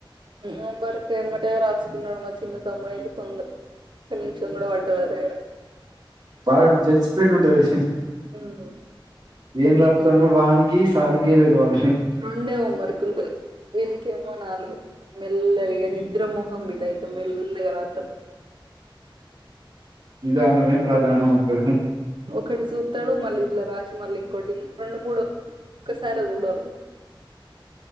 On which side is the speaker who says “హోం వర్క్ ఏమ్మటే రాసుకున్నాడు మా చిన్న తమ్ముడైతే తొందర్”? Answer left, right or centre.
Right